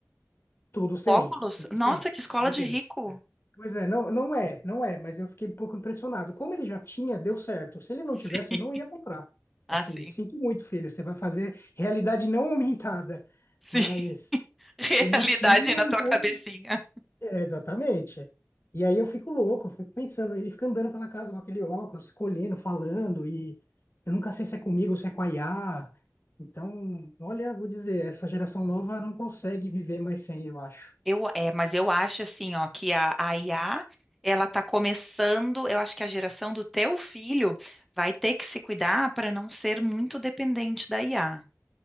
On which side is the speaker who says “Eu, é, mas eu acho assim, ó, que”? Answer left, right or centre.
Centre